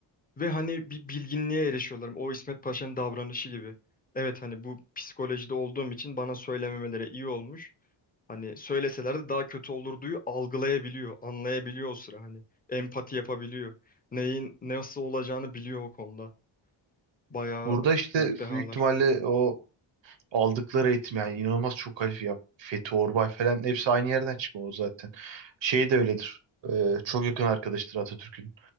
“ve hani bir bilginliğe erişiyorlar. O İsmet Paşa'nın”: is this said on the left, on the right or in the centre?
Left